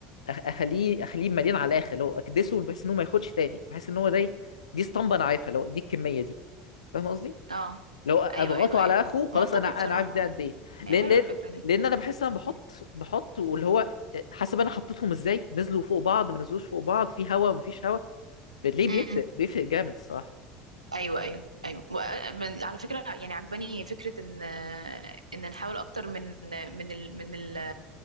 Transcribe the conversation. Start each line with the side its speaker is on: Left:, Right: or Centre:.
Left: أخ- اخليه اخليه مليان على الاخر اللي هو اكدسه بحيث ان هو ما ياخدش تاني بحيث ان هو ده إيه، دي اسطمبه انا عارفها اللي هو دي الكميه دي فاهم قصدي؟
Right: اه
Left: لو اضغطه
Right: ايوه ايوه ايوه
Left: على اخره
Right: منطقي
Left: خلاص انا
Right: بصراحه
Left: انا عارف ده
Right: اه
Left: قد ايه
Right: هي
Left: لان
Right: حلوه
Left: لان
Right: الفكره دي
Left: لان انا بحس انا بحط
Right: مم.
Left: بحط واللي هو آه، حسب انا حطيتهم ازاي نزلوا فوق بعض ما نزلوش فوق بعض في هوا ما فيش هوا بتلاقيه
Right: مم.
Left: بيفرق بيفرق جامد الصراحه
Right: ايوه ايوه ايوه وأ- من- على فكره يعني عجباني فكره ان ان نحاول اكتر من من ال من ال